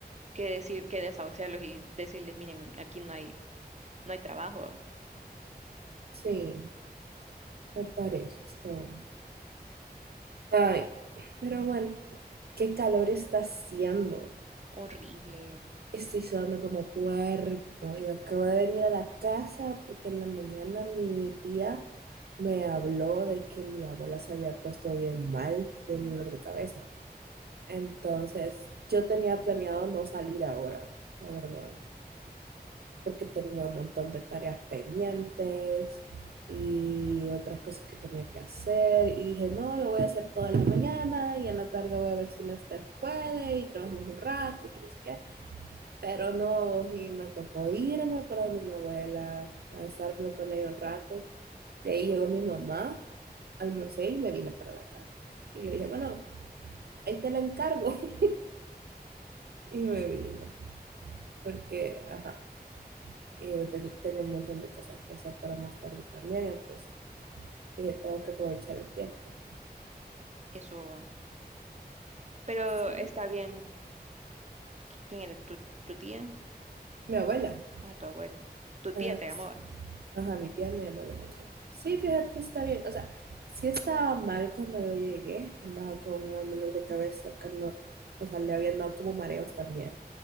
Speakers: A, on the right; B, on the right.
A: que decir, que desahuciarlos y decirles, miren, aquí no hay, no hay trabajo.
B: Sí. Me parece, está bueno. Ay, pero bueno, qué calor está haciendo.
A: Horrible.
B: Estoy sudando como puerco. Yo acabo de venir a la casa porque en la mañana mi tía me habló de que mi abuela se había puesto bien mal del dolor de cabeza. Entonces, yo tenía planeado no salir ahora, la verdad. porque tenía un montón de tareas pendientes y otras cosas que tenía que hacer. Y dije, no, lo voy a hacer toda la mañana y en la tarde voy a ver si la Lester puede y trabajamos un rato y que no sé qué. Pero no, y me tocó irme para donde mi abuela a estarme con ella un rato. De ahí llegó mi mamá, almorcé y me vine para la casa. Y le dije, bueno, ahí te la encargo. <laughs> Y
A: Ujú.
B: me vine, porque, ajá, y yo ten- tengo un montón de cosas que hacer para más tarde también, entonces. y yo tengo que aprovechar el tiempo.
A: Eso, pero
B: Sí,
A: está bien. ¿Quién era? ¿Tu, tu tía?
B: mi abuela.
A: Ah, tu abuela. Tu tía
B: ah,
A: te llamó.
B: s-
A: ¿verdad?
B: ajá, mi tía me llamó en la mañana. Sí, fíjate, está bien. O sea, sí estaba mal cuando yo llegué, andaba con un gran dolor de cabeza, que no- o sea, le habían dado como mareos también.